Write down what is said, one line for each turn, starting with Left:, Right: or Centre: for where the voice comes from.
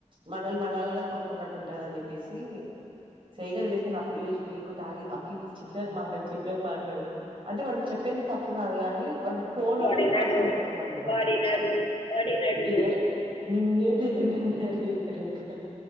Right: మనల్ మనలక్ ఉన్నట్టుంటదని చెప్పేసి సైగల్ చేసినా అ పీజీ కెళ్ళి కొంచం ఆగి చిన్తో మాట్లాడు చిన్తో మాట్లాడు అదే వాడు చెప్పేది తప్పు కాదు కా వి వం ఫోన్
Left: వాడి
Right: ఎత్తుతే
Left: నడు
Right: తప్ప అనిపించందు అందులో
Left: వాడి నడు వాడి నడు
Right: ఏ నిన్నే నిన్నెవరు దెక్తారు ఇంకా